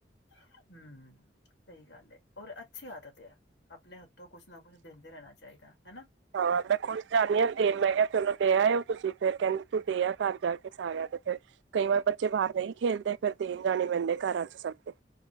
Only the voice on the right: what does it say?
ਹਾਂ ਮੈਂ ਖੁੱਦ ਜਾਂਨੀ ਹਾਂ ਫੇਰ ਮੈਂ ਕਿਹਾ ਚਲੋ ਦੇ ਆਏ ੳ ਤੁਸੀਂ ਫੇਰ ਕਹਿੰਦੇ ਤੂੰ ਦੇ ਆ ਘਰ ਜਾ ਕੇ ਸਾਰਿਆਂ ਦੇ। ਫੇਰ ਕਈ ਵਾਰ ਬੱਚੇ ਬਾਹਰ ਨਹੀਂ ਖੇਲਦੇ ਫੇਰ ਦੇਨ ਜਾਨੇਂ ਪੈਂਦੇ ਘਰਾਂ ਚੱ ਸਭ ਦੇ।